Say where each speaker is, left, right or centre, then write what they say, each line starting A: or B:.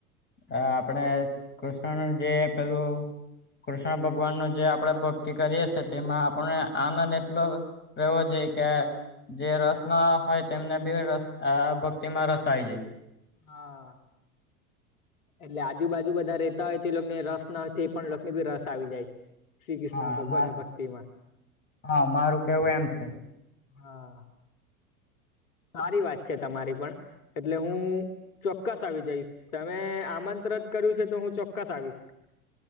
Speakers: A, on the left (about 25°); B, on the left (about 65°).
A: અ આપણે કૃષ્ણનું જે પેલું, કૃષ્ણ ભગવાન નું જે આપણે ભક્તિ કરીએ છે, તેમાં આપણે આનંદ એટલો, રેવો જોઈએ કે જે રસ ના હોય તેમને બી રસ ભક્તિમાં રસાય જાય.
B: હા એટલે આજુબાજુ બધા રહેતા હોય તે લોક ને રસ નથી પણ લોકને બી રસ આવી જાય શ્રી ક્રિષ્ના
A: હા
B: ભગવાનના
A: માર
B: ભક્તિમાં
A: હા મારું કેવું એમ છે.
B: હા સારી વાત છે, તમારી પણ. એટલે હું, ચોક્કસ આવી જઇસ. તમે આમંત્રત કર્યું છે તો હું ચોક્કસ આવીસ